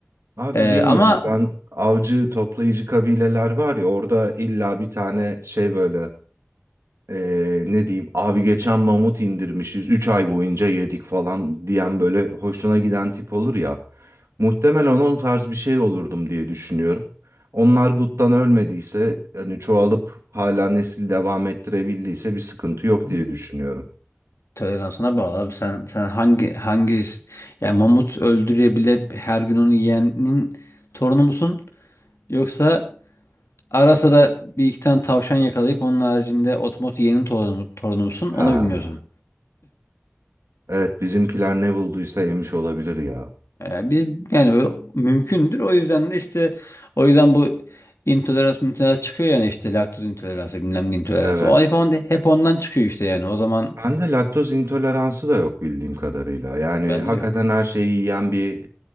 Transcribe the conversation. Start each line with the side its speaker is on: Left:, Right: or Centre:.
Right: Abi
Left: E,
Right: bilmiyorum
Left: ama
Right: ben avcı toplayıcı kabileler var ya orada illa bir tane şey böyle Ee, ne diyeyim abi geçen mamut indirmişiz 3 ay boyunca yedik falan diyen böyle hoşuna giden tip olur ya. Muhtemelen onun tarz bir şey olurdum diye düşünüyorum. Onlar guttan ölmediyse hani çoğalıp hala nesil devam ettirebildiyse bir sıkıntı yok
Left: hmm,
Right: diye düşünüyorum.
Left: toleransına bağlı abi sen sen hangi hangi yani mamut öldürebilip her gün onu yiyenin torunu musun? Yoksa Ara sıra bir iki tane tavşan yakalayıp onun haricinde otomot yeğenin torunu, torunumsun
Right: Ha
Left: onu bilmiyorsun.
Right: evet bizimkiler ne bulduysa yemiş olabilir ya.
Left: Ee, bir, yani o mümkündür o yüzden de işte o yüzden bu intolerans intolerans çıkıyor yani işte laktoz intoleransı bilmem ne intoleransı.
Right: Evet.
Left: O hep, on, hep ondan çıkıyor işte yani o zaman
Right: Bende laktoz intoleransı da yok bildiğim kadarıyla. Yani
Left: bende
Right: hakikaten
Left: de yok.
Right: her şeyi yiyen bir